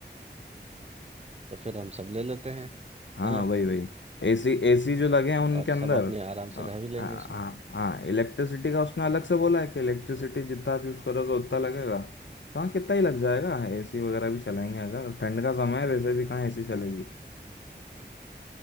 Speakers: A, on the right; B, on the left.
A: तो फिर हम सब ले लेते हैं
B: हाँ
A: है ना
B: हाँ वही वही एसी एसी जो लगे हैं उनके
A: और
B: अंदर
A: सब अपने आराम
B: अ,
A: से रह भी लेंगे
B: हाँ
A: उसमें
B: हाँ हाँ इलेक्ट्रिसिटी का उसने अलग से बोला
A: हाँ।
B: है कि इलेक्ट्रिसिटी जितना आप यूज़ करोगे उतना लगेगा तो हाँ कितना ही लग जाएगा एसी वगैरह भी चलाएंगे अगर ठंड का समय है वैसे भी कहाँ एसी चलेगी